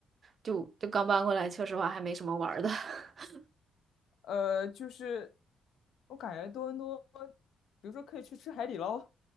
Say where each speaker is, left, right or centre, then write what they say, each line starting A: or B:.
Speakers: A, on the right; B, on the left.
A: 就就刚搬过来，说实话还没什么玩儿的。<laughs>
B: 呃，就是我感觉多伦多，比如说可以去吃海底捞，